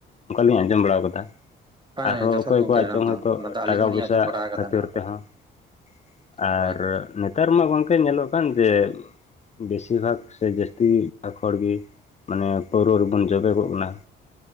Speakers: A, on the left (about 35°); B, on the right (about 20°).
A: ᱚᱱᱠᱟᱞᱤᱧ ᱟᱸᱡᱚᱢ ᱵᱟᱲᱟ ᱠᱟᱫᱟ ᱾
B: ᱵᱟᱝ
A: ᱟᱨᱦᱚᱸ
B: ᱡᱚᱛᱷᱟᱛ
A: ᱚᱠᱚᱭ
B: ᱜᱚᱝᱠᱮ
A: ᱠᱚᱣᱟᱜ
B: ᱚᱱᱟ
A: ᱪᱚᱝ
B: ᱫᱚ
A: ᱦᱚᱭᱛᱳ
B: ᱚᱱᱟ ᱫᱚ ᱟᱹᱞᱤᱧ
A: ᱴᱟᱠᱟ
B: ᱦᱚᱞᱤᱧ
A: ᱯᱚᱭᱥᱟ
B: ᱟᱸᱡᱚᱢ ᱵᱟᱲᱟ ᱠᱟᱫᱟ
A: ᱠᱷᱟᱹᱛᱤᱨ
B: ᱱᱚᱣᱟ ᱠᱚᱫᱚ
A: ᱛᱮᱦᱚᱸ ᱾ ᱟᱨ
B: ᱦᱳᱭ ᱜᱚᱝᱠᱮ
A: ᱱᱮᱛᱟᱨ ᱢᱟ ᱜᱚᱝᱠᱮ ᱧᱮᱞᱚᱜ ᱠᱟᱱ ᱡᱮ ᱵᱮᱥᱤᱨ ᱵᱷᱟᱜᱽ ᱥᱮ ᱡᱟᱹᱥᱛᱤ <unintelligible> ᱦᱚᱲ ᱜᱤ ᱢᱟᱱᱮ ᱯᱟᱹᱣᱨᱟᱹ ᱨᱮᱵᱚᱱ ᱡᱚᱵᱮ ᱠᱚᱜ ᱠᱟᱱᱟ